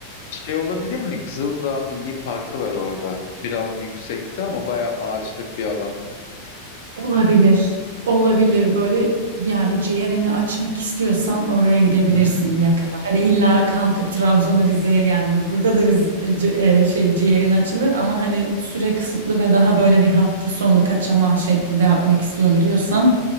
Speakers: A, on the left (about 50°); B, on the right (about 65°).
A: Şey olabilir mi? Kızıldağ Milli Parkı var orada. Biraz yüksekte ama bayağı ağaçlık bir alan.
B: Olabilir. Olabilir böyle yani ciğerini açmak istiyorsan oraya gidebilirsin
A: Hı hı.
B: yakında. Hani illa kalkıp Trabzon'a Rize'ye gelme. Burada da Riz- ci- e, şey ciğerin açılır ama hani süre kısıtlı ve daha böyle bir hafta sonu kaçama şeklinde yapmak istiyorum diyorsan